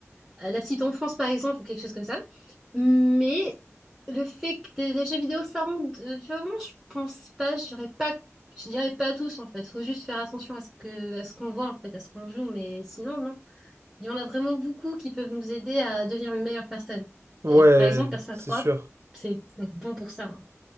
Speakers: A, in the centre; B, on the right (about 55°).
A: à la petite enfance, par exemple, ou quelque chose comme ça. Mais le fait que des- les jeux vidéo, ça rend de- violent, je pense pas, je dirais pas... Je dirais pas tous, en fait. Faut juste faire attention à ce que, à ce qu'on voit, en fait, à ce qu'on joue, mais sinon, non. Il y en a vraiment beaucoup qui peuvent nous aider à devenir une meilleure personne.
B: Ouais,
A: Et par exemple, Persona
B: c'est
A: trois
B: sûr.
A: c'est c'est bon pour ça. hein.